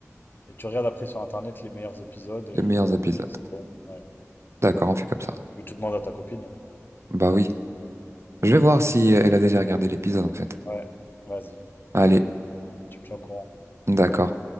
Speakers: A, on the left; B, on the right.
A: Et tu regardes après sur internet les meilleurs épisodes, euh,
B: Les
A: ils
B: meilleurs
A: vont
B: épisodes.
A: te dire c'est quoi. Ouais.
B: D'accord, on fait comme ça.
A: et tu demandes à ta copine. hein.
B: Bah oui. Je vais voir si euh, elle a déjà regardé l'épisode, en fait.
A: Ouais, vas-y,
B: Allez,
A: tu me tiens au courant.
B: d'accord.